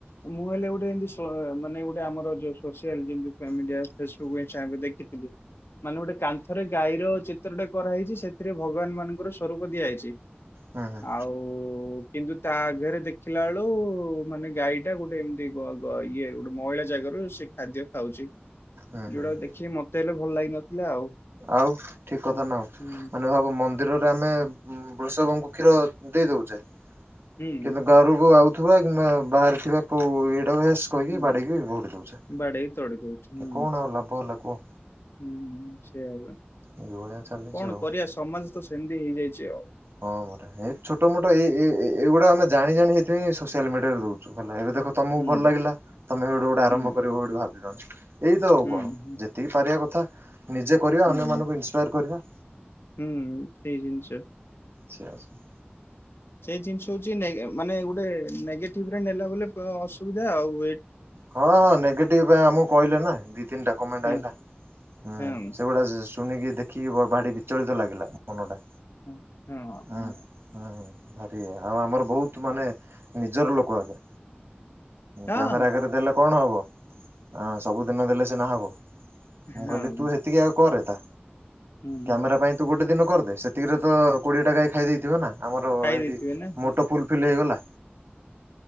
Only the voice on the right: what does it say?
ହୁଁ ହୁଁ
ହୁଁ ହୁଁ
ହୁଁ
ଆଉ ଠିକ କଥା
ନା ଆଉ
ମାନେ ଭାବୁ ମନ୍ଦିରରେ ଆମେ ବୃଷଭଙ୍କୁ କ୍ଷୀର ଦେଇ ଦଉଛେ
କିନ୍ତୁ ଘରକୁ ଆଉଥିବା କିମ୍ବା
ବାହାରେ ଥିବା କୋଉ ଏଇଡାସ କହିକି
ବାଡିକି ଘୋଡି ଦଉଛେ
କଣ ଆଉ ଲାଭ ହେଲା କୁହ
ଏଇଭଳିଆ ଚାଲିଛି
ଆଉ
ହଁ ମରା ଏଇ ଛୋଟ ମୋଟ ଏଇ ଏଇଗୁଡା ଆମେ ଜାଣି ଜାଣି ସେଥିପାଇଁ ସୋସିଆଲ ମିଡିରେ ଦଉଛୁ ହେ ଏ ଦେ ତମକୁ
ଭଲ ଲାଗିଲା ତମେ ସେଇଟୁ ଗୋଟେ
ଆରମ୍ଭ କରିବୋଠି ଭାବିଲୁଣି ଏଇତ ଆଉ
କଣ
ଯେତିକି ପାରିବା କଥା ନିଜେ କରିବା
ଅନ୍ୟମାନଙ୍କୁ
କରିବା
ଆା ଆଛି
ହଁ ହଁ ନେଗେଟିଭ ଆମକୁ କହିଲେ ନା ଦି ତିନିଟା କମେଣ୍ଟ
ଆହିଲାଁ
ସେଗୁଡା ଶୁଣିକି ଦେଖିକି ବ ଭାରି ବିଚଳିତ ଲାଗିଲା ମନଟା
ହୁଁ
ହୁଁ ଭାରି ଆଉ ଆମର ବହୁତ ମାନେ ନିଜର ଲୋକ ଆଗେ
କ୍ୟାମେରାରେ ଲେ କଣ ହବ ହ ସବୁଦିନ ଦେଲେ ସ ନା ହବ ମୁଁ
କହିଲି ତୁ ସେତିକି ଆଉ କରେତା
କ୍ୟାମେରା ପାଇଁ ତୁ ଗୋଟେ ଦିନ କରିଦେ ସେତିକରେ ତ କୋଡିଏ ଟାଈ ଖାଇ ଦେଇେଇଥିବ ନା ଆମର
ହେଇଠି
ମୋଟୋ ଫୁଲଫିଲ୍ ହେଇଗଲା